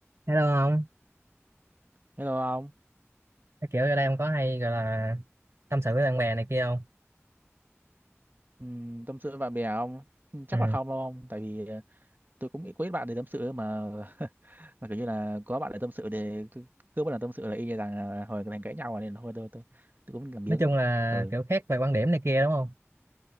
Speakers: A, on the right; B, on the right.
A: thấy đâu không
B: Hello ông,
A: cái kiểu ở đây em có hay gọi là tâm sự với bạn bè này kia không
B: Ừm, tâm sự với bạn bè ông Ừ, chắc
A: ừ.
B: là không đâu ông, tại vì ờ, tôi cũng nghĩ quý ít bạn để tâm sự mà <laughs> mà kiểu như là có bạn để tâm sự để cứ, cứ một lần tâm sự là y như rằng là hồi thành cãi nhau rồi nên thôi tôi tôi tôi cũng làm biếng,
A: nói chung là
B: ừ,
A: kiểu khác về quan điểm này kia đúng không